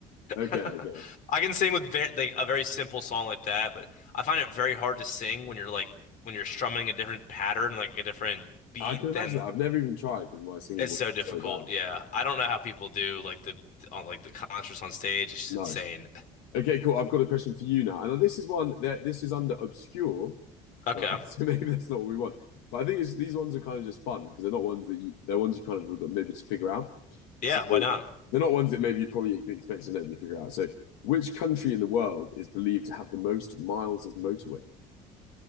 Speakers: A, on the left; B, on the left.
A: Okay,
B: <laughs>
A: okay.
B: I can sing with very, like a very simple song like that, but I find it very hard to sing when you're like when you're strumming a different pattern, like a different beat
A: I can imagine
B: than
A: that. I've never even tried because my singing
B: It's
A: voice
B: so
A: is
B: difficult.
A: so bad.
B: Yeah. I don't know how people do like the on like the concerts on stage. It's just
A: Nice.
B: insane.
A: Okay, cool. I've got a question for you now. And this is one that this is under obscure,
B: Okay.
A: right? <laughs> So maybe that's not what we want. But I think it's, these ones are kind of just fun because they're not ones that you they're ones you kind of would like maybe just figure out.
B: Yeah,
A: So
B: why not?
A: they're not ones that maybe you'd probably expect to nobody figure out. So which country in the world is believed to have the most miles of motorway?